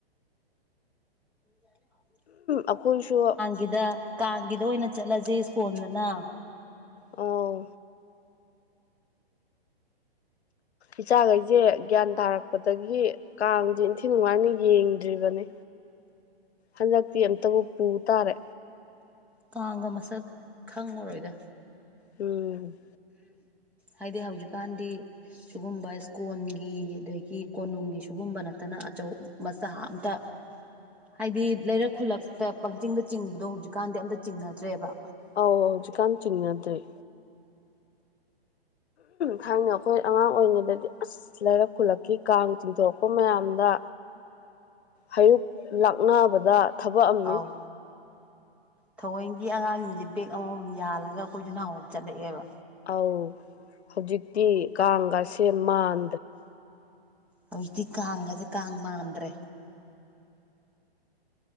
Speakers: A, in the centre; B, on the left.
A: ꯭ꯔ <inaudible>
B: ꯑꯩꯈꯣꯏꯁꯨ
A: ꯒꯤꯗ ꯀꯥꯡꯒꯤꯗ ꯑꯣꯏꯅ ꯆꯠꯂꯁꯤ ꯏꯁ꯭ꯀꯣꯟꯜꯗꯅ
B: ꯑꯥꯎ ꯏꯆꯥꯈꯩꯁꯦ ꯒ꯭ꯌꯥꯟ ꯇꯥꯔꯛꯄꯗꯒꯤ ꯀꯥꯡꯁꯦ ꯏꯟꯊꯤ ꯅꯨꯡꯉꯥꯏꯅ ꯌꯦꯡꯗ꯭ꯔꯤꯕꯅꯦ ꯍꯟꯗꯛꯇꯤ ꯑꯝꯇꯕꯨ ꯄꯨ ꯇꯥꯔꯦ
A: ꯀꯥꯡꯒ ꯃꯁꯛ ꯈꯪꯉꯨꯔꯣꯏꯗ
B: ꯎꯝ
A: ꯍꯥꯏꯗꯤ ꯍꯧꯖꯤꯛꯀꯥꯟꯗꯤ ꯁꯤꯨꯒꯨꯝꯕ ꯏꯁ꯭ꯀꯣꯟꯒꯤ ꯑꯗꯒꯤ ꯀꯣꯅꯨꯡꯒꯤ ꯁꯤꯒꯨꯝꯕ ꯅꯠꯇꯅ ꯑꯆꯧ ꯃꯆꯥ ꯑꯝꯇꯥ ꯍꯥꯏꯗꯤ ꯂꯩꯔꯛ ꯈꯨꯜꯂꯛꯇ ꯄꯪꯆꯤꯡꯗ ꯆꯤꯡꯕꯗꯣ ꯍꯧꯖꯤꯛꯀꯥꯟꯗꯤ ꯑꯝꯇ ꯆꯤꯡꯅꯗ꯭ꯔꯦꯕ
B: ꯑꯧ ꯍꯧꯖꯤꯛꯀꯥꯟ ꯆꯤꯡꯅꯗ꯭ꯔ‌ꯦ ꯊꯥꯏꯅ ꯑꯩꯈꯣꯏ ꯑꯉꯥꯡ ꯑꯣꯏꯔꯤꯉꯩꯗꯗꯤ ꯑꯁ ꯂꯩꯔꯛ ꯈꯨꯜꯂꯛꯀꯤ ꯀꯥꯡ ꯆꯤꯡꯊꯣꯔꯛꯄ ꯃꯌꯥꯝꯗ ꯍꯩꯔꯨꯛ ꯂꯥꯛꯅꯕꯗ ꯊꯕꯛ ꯑꯃꯅꯤ
A: ꯑꯥꯎ ꯊꯑꯣꯏꯒꯤ ꯑꯉꯥꯡꯁꯤꯡꯁꯦ ꯕꯦꯛ ꯑꯃꯃꯝ ꯌꯥꯜꯂꯒ ꯑꯩꯈꯣꯏꯁꯨ ꯅꯍꯥꯟꯋꯥꯏꯝ ꯆꯠꯂꯛꯑꯦꯕ
B: ꯑꯧ ꯍꯧꯖꯤꯛꯇꯤ ꯀꯥꯡꯒꯥꯁꯦ ꯃꯥꯟ
A: ꯍꯧꯖꯤꯛꯇꯤ ꯀꯥꯡꯒꯁꯦ ꯀꯥꯡ ꯃꯥꯟꯗ꯭ꯔꯦ